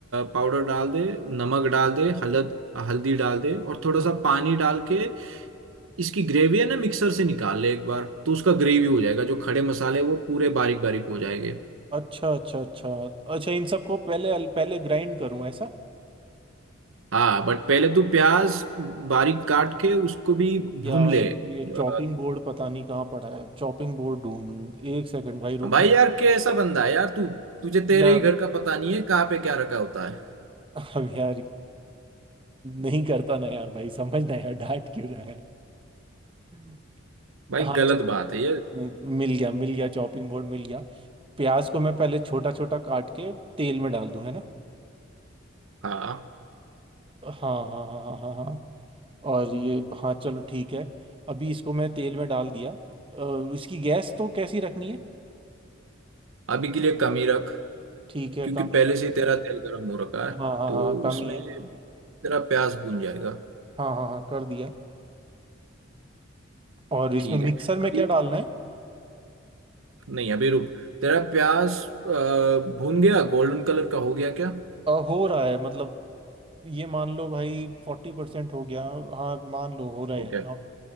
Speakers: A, on the right; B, on the right.
A: पाउडर डाल दे नमक डाल दे हलद हल्दी डाल दे और थोड़ा
B: हम्म।
A: सा पानी डाल के इसकी ग्रेवी है ना मिक्सर से निकाल ले एक बार तो उसका ग्रेवी हो जाएगा जो खड़े मसाले वो पूरे बारीक बारीक हो जाएंगे
B: अच्छा अच्छा अच्छा अच्छा इन सबको पहले पहले ग्राइंड करूं ऐसा
A: हाँ बट पहले तू प्याज बारीक काट के उसको भी भून
B: यार
A: ले
B: एक
A: अ,
B: ये चॉपिंग बोर्ड पता नहीं कहाँ पड़ा है चॉपिंग बोर्ड ढूंढ एक सेकंड भाई रुकना
A: भाई
B: है
A: यार कैसा बंदा है यार तू तुझे तेरे
B: यार
A: ही घर का पता नहीं है कहाँ पे क्या रखा होता है
B: अब यार नहीं करता ना यार भाई समझ ना यार डांट क्यों रहा है
A: भाई
B: हाँ
A: गलत
B: चल
A: बात है ये
B: मि- मिल गया मिल गया चॉपिंग बोर्ड मिल गया प्याज को मैं पहले छोटा छोटा काट के तेल में डाल दूं है ना
A: हाँ
B: हाँ हाँ हाँ हाँ हाँ हाँ और ये हाँ चलो ठीक है अभी इसको मैं तेल में डाल दिया अ, इसकी गैस तो कैसी रखनी है
A: अभी के लिए कम ही रख
B: ठीक है
A: क्योंकि
B: कम
A: पहले
B: ही है
A: से ही तेरा तेल गर्म हो रखा है
B: हाँ हाँ
A: तो
B: हाँ कम
A: उसमें
B: ही है
A: तेरा प्याज भून जाएगा
B: हाँ हाँ हाँ कर दिया और इसमें
A: ठीक
B: मिक्सर
A: है
B: में
A: अभी
B: क्या डालना है
A: नहीं अभी रुक तेरा प्याज अ, भून गया गोल्डन कलर का हो गया क्या
B: अ, हो रहा है मतलब ये मान लो भाई फोर्टी परसेंट हो गया हाँ मान लो हो रहे
A: ओके
B: हैं हाँ